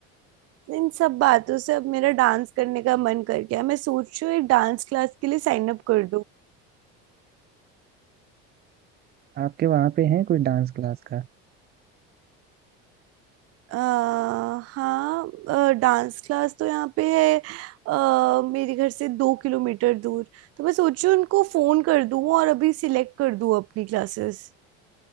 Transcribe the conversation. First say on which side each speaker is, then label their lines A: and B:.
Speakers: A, on the right; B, on the right.
A: इन सब बातों से अब मेरा डांस करने का मन कर गया मैं सोच रही हूँ एक डांस क्लास के लिए साइन अप कर
B: आपके वहां पे है कोई डांस क्लास का
A: अ, हाँ डांस क्लास तो यहाँ पे है अ, मेरे घर से दो किलोमीटर दूर तो मैं सोच रही हूँ उनको फोन कर दूँ और अभी सिलेक्ट कर दूँ अपनी क्लासेस